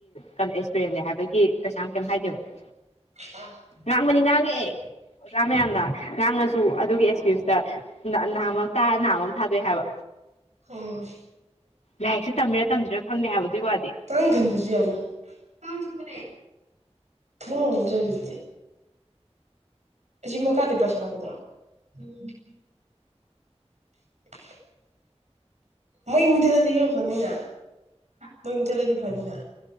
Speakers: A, on the left; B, on the right.
A: ꯀꯩꯅꯣ ꯑꯦꯛꯁꯄꯤꯔꯦꯟꯅꯦ ꯍꯥꯏꯕꯒꯤ ꯀꯩꯁꯨ ꯌꯥꯝ ꯀꯩꯝ ꯍꯥꯏꯗꯦꯕ <inaudible>
B: <inaudible>
A: ꯉꯥꯡꯕꯅꯤ ꯉꯥꯡꯉꯦ ꯑꯣꯖꯥ ꯃꯌꯥꯝꯅ ꯉꯥꯡꯉꯁꯨ ꯑꯗꯨꯒꯤ ꯑꯦꯛꯁꯀ꯭ꯌꯨꯁꯇ ꯅꯥꯝꯃ ꯑꯃ ꯇꯥꯔ ꯅꯥꯝꯃ ꯑꯃ ꯊꯥꯗꯣꯛꯑꯦ ꯍꯥꯏꯕ
B: ꯎꯝ
A: ꯂꯥꯏꯔꯤꯛꯁꯦ ꯇꯝꯃꯤꯔꯥ ꯇꯝꯗ꯭ꯔꯤꯔꯥ ꯈꯪꯗꯦ ꯍꯥꯏꯕ ꯑꯗꯨꯏ ꯋꯥꯗꯤ
B: ꯀꯥꯡꯒꯟ ꯈꯟꯗꯔꯁꯨ ꯌꯥꯅꯤ ꯀꯥꯡ ꯆꯤꯛꯄꯅꯦ ꯊꯣꯡꯂꯣꯟꯁꯤꯜꯂꯤꯖꯤꯗꯤ ꯑꯁꯤ ꯃꯈꯥꯗꯒꯤ ꯄꯥꯏꯁꯜꯂꯛꯀꯗ꯭ꯔꯣ <inaudible> <inaudible> ꯃꯩ ꯃꯨꯊꯠꯂꯗꯤ ꯈꯔꯥ ꯐꯅꯤꯅ ꯃꯩ ꯃꯨꯊꯠꯂꯗꯤ ꯐꯅꯤꯅ